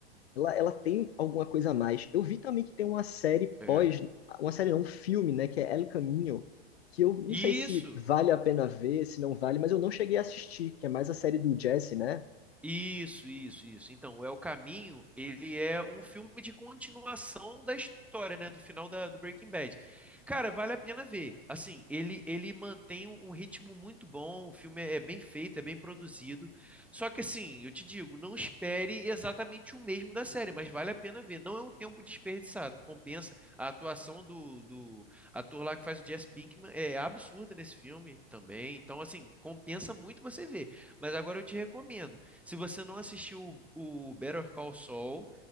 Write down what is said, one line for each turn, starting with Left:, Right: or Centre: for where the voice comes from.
Left: Ela, ela tem alguma coisa a mais. Eu vi também que tem uma série
Centre: É.
Left: pós, uma série não, um filme, né, que é El Caminho, que eu não
Centre: Isso,
Left: sei se vale a pena ver, se não vale, mas eu não cheguei a assistir, que é mais a série do Jesse, né?
Centre: Isso, isso, isso. Então, é o Caminho, ele é um filme de continuação da história, né, do final da- do Breaking Bad. Cara, vale a pena ver. Assim, ele ele mantém um um ritmo muito bom, o filme é é bem feito, é bem produzido. Só que assim, eu te digo, não espere exatamente o mesmo da série, mas vale a pena ver. Não é um tempo desperdiçado, compensa. A atuação do, do ator lá que faz o Jesse Pinkman é absurda nesse filme também. Então, assim, compensa muito você ver. Mas agora eu te recomendo se você não assistiu o, o Better Call Saul,